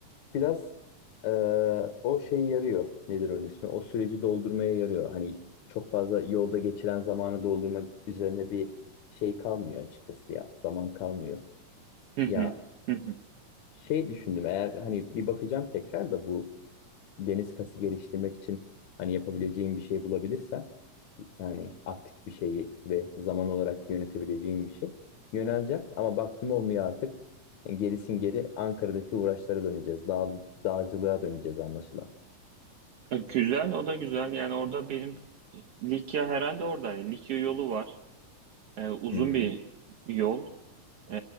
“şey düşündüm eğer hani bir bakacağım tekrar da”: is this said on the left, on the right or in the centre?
Left